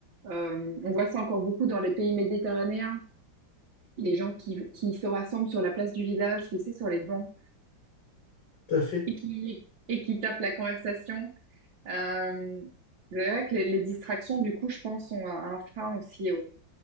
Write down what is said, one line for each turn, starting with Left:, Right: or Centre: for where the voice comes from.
Right: euh, on voit ça encore beaucoup dans les pays méditerranéens, les gens qui, qui se rassemblent sur la place du village, tu sais, sur les bancs,
Left: Tout à fait.
Right: et qui, et qui tapent la conversation. Euh, c'est vrai que les, les distractions, du coup, je pense, sont un, un frein aussi